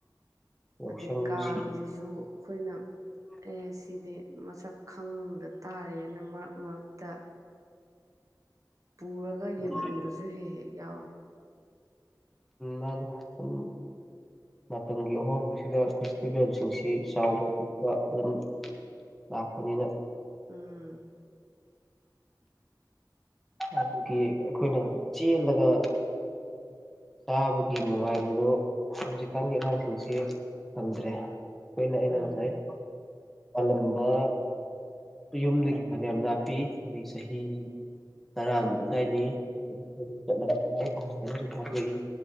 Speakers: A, in the centre; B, on the right.
A: ꯌꯥꯎꯁꯪꯁꯤ
B: ꯑꯗꯩ ꯀꯥꯡꯁꯤꯁꯨ ꯑꯩꯈꯣꯏꯅ ꯑꯦ ꯁꯤꯗꯤ ꯃꯁꯛ ꯈꯪꯗ ꯇꯥꯔꯦꯅ ꯃꯔꯛ ꯃꯔꯛꯇ ꯄꯨꯔꯒ
A: ꯎꯝ
B: ꯌꯦꯡꯍꯟꯕꯁꯨ ꯍꯦꯛ ꯍꯦꯛ ꯌꯥꯎꯋꯤ
A: ꯃꯥꯅꯤ ꯁꯨꯝ ꯃꯇꯝꯒꯤ ꯑꯍꯣꯡꯕꯁꯤꯗ ꯐꯦꯁꯇꯤꯚꯦꯜꯁꯤꯡꯁꯤ ꯆꯥꯎꯕ ꯄꯤꯛꯄ ꯑꯗꯨꯝ ꯂꯥꯛꯄꯅꯤꯅ
B: ꯎꯝ
A: ꯑꯗꯨꯒꯤ ꯑꯩꯈꯣꯏꯅ ꯆꯦꯜꯂꯒ ꯆꯥꯕꯒꯤ ꯅꯨꯡꯉꯥꯏꯕꯗꯣ ꯍꯧꯖꯤꯛꯀꯥꯟꯒꯤ ꯑꯉꯥꯡꯁꯤꯡꯁꯤ ꯐꯪꯗ꯭ꯔꯦ ꯑꯩꯈꯣꯏꯅ ꯑꯩꯅ
B: ꯎꯝ
A: ꯉꯁꯥꯏ ꯄꯥꯜꯂꯝꯕ ꯌꯨꯝꯗꯒꯤ ꯐꯅꯌꯥꯝ ꯂꯞꯄꯤ ꯑꯗꯒꯤ ꯆꯍꯤ ꯇꯔꯥꯃꯨꯛ ꯑꯗꯥꯏꯅꯤ ꯑꯗꯨꯝ ꯆꯠꯂꯤ ꯆꯠꯂꯒ ꯂꯥꯛꯏ ꯑꯍꯜꯒꯩꯅꯁꯨ ꯊꯥꯗꯣꯛꯏ